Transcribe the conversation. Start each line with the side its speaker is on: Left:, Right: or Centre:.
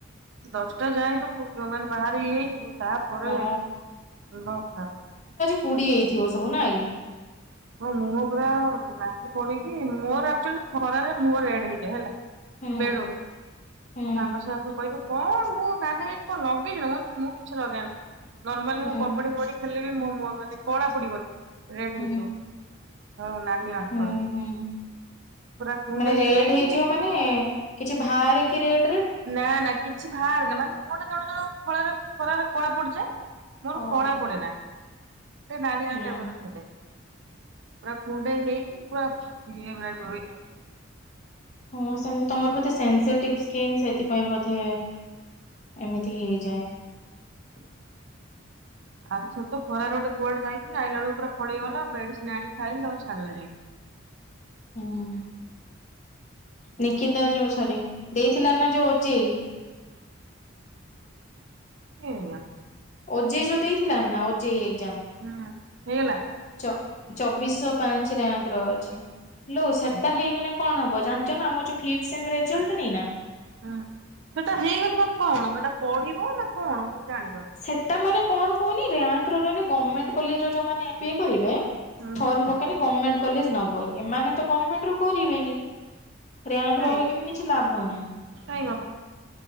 Right: ଦଶଟା ଯାଏ ତ ପୁ ମାନେ ବାହାରେ ଇଏ ହେଇଯିବୁ। ତାପରେ
Left: ହଁ
Right: ଅଣ୍ଡ ଖରା
Left: କୁଡି ଯାଇଥିବ ସବୁ ନା କି?
Right: ହଁ ମୁଁହ ପୁରା ନାଲି ପଡିକି ମୋର ଆକଚୋଲି ଖରାରେ ମୁହଁ ରେଡ ହେଇଯାଏ ହେଲା
Left: ହୁଁ
Right: ବେଳୁରୁ ମୋ
Left: ହୁଁ
Right: ସାଙ୍ଗ ସବୁ କହିବେ କଣ ମୁହଁରେ କଣ ଲଗେଇଚୁ ମୁଁ କିଛି ଲଗେଇ ନା। ନର୍ମାଲ
Left: ହୁଁ
Right: ମୁଁ କବାଡ଼ି କବାଡ଼ି ଖେଳିଳେ ବିି ମୋ ମୁହଁ ମାନେ କଳା ପଡିବନି ରେଡ
Left: ହୁଁ
Right: ହେଇଯିବ। ହଉ ନାଲି ମାଙ୍କଡ
Left: ହୁଁ ହୁଁ
Right: ପୁରା କୁଣ୍ଡେଇ
Left: ମାନେ ରେଡ଼୍
Right: ହେଇକି
Left: ହେଇଯିବ ମାନେ କିଛି ଭାରେ କିରେଡ଼
Right: ନା ନା କିଛି ଭାର୍ ନା ମାନେ ମୁଁଅ ଟା ଜଣେ ଜଣ ଖଳାରେ ଖରାରେ କଳା ପଡିଯାଏ। ମୋର
Left: ହଁ
Right: କଳା ପଡେନା। ଟିଏ ନାଲି ନାଲି
Left: ହୁଁ
Right: ଟାଇପ୍ ର ଦେଖାଯାଏ। ପୁରା କୁଣ୍ଡେଇ ହେଇକି ପୁରା ଇଏ ଟାଇପର ହେଇଯାଏ।
Left: ହଁ ସେମତି ତମର ବୋଧେ ସେନ୍ସିଟିଭ୍ ସ୍କିନ୍ ସେଥିପାଇଁ ବୋଧେ ଏମିତି ହେଇଯାଏ।
Right: ଆର୍ ଥର ତ ଖରାରେ ଗୋଟେ କୁଆଡେ ଯାଇଥିନି, ଆଇଲାବେଳୁକୁ ପୁରା ଫଳିଗଲା ମେଡ଼ିସିନ ଆଣିକି ଖାଇନି ତାପରେ ଛାଡିଲା ଯାଇଁକି।
Left: ହୁଁ ନିକିତା ଯୋଉ ସରି ଦେଇଥିଲା ନା ଯୋଉ ଓଜେଇ।
Right: ସେଆ।
Left: ଓଜେଇ ଯୋଉ ଦେଇଥିଲା ନା, ଓଜେଇଗ ଯାମ୍
Right: ହୁଁ ହେଇଗଲା।
Left: ଚ ଚବିଶହ ପାଞ୍ଚ ରାଙ୍କ୍ ର ଅଛି। ଲୋ ସାଟା
Right: ସେ
Left: ହେଇଗଲା। କଣ ହବ ଜାଣିଚ ନା ଆମ ଯୋଉ ଫିପ୍ ସେମି ରେଜଲଟ ନେଇନା
Right: ହୁଁ ସେଟା ହେଇଗନି ମାନେ କଣ ହେଟା ପଢ଼ିବ ନା କଣ? ମୁଁ ଜାଣି
Left: ସେଟା ମାନେ? କଣ କୁହନି ଋ୍ୟାଙ୍କ ରେ ରହିନେ ଗଭଣମେଣ୍ଟ କଲେଜ ରେ ଯୋଉଁ ମାନେ ଏମବିଏ କରିବେ।
Right: ହୁଁ
Left: ଫର୍ମ
Right: ହୁଁ।
Left: ପକେଇନେ ଗଭର୍ମେଣ୍ଟ କଲେଜ ନବ। ଏମାନେ ତ ଗମେଣ୍ଟ ର କରିବେନି। ରାଙ୍କ
Right: କାଇଁ
Left: ରହିକି ବି କିଛି ଲାଭ ନାହିଁ।
Right: କାଇଁ।